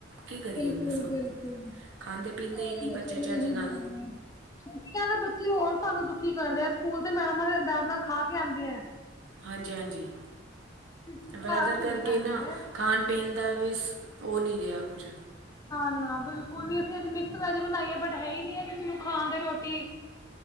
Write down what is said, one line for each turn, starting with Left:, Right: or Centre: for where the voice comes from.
Right: ਕੀ ਕਰੀਏ
Left: ਬਿਲਕੁਲ,
Right: ਹੁਣ ਦੱਸੋ ਹੁਣ
Left: ਬਿਲਕੁਲ!
Right: ਖਾਂਦੇ ਪੀਂਦੇ
Left: ਸਾਰੇ
Right: ਹੀ ਨਹੀਂ
Left: ਬੱਚਿਆਂ
Right: ਬੱਚੇ ਚੱਜ
Left: ਦਾ ਇਹੀ
Right: ਨਾਲ
Left: ਹਾਲ ਹੈ। ਛੁਟੀਆਂ ਨੇ ਬੱਚੇ ਹੋਰ ਸਾਨੂੰ ਦੁਖੀ ਕਰਦੇ ਆ। ਸਕੂਲ ਤੇ ਮੈਡਮਾਂ ਦੇ ਡਰ ਨਾਲ ਖਾ ਕੇ ਆਉਂਦੇ ਆ।
Right: ਹਾਂਜੀ-ਹਾਂਜੀ,
Left: ਘਰ
Right: ਵੈਦਰ ਕਰਕੇ
Left: ਨੀ ਖਾਂਦੇ
Right: ਨਾ
Left: ਐ
Right: ਖਾਣ ਪੀਂਦਾ ਵੀ ਹੋ ਨਹੀਂ ਰਿਹਾ ਕੁਝ।
Left: ਨਾ ਨਾ ਬਿਲਕੁਲ ਨੀ ਅਸੀਂ ਅੱਜ ਮਿਕਸ ਵੈਜ ਬਣਾਈਏ ਬਟ ਹੈ ਹੀ ਨੀ ਹੈ। ਨੂੰ ਖਾਣ ਦੇ ਰੋਟੀ,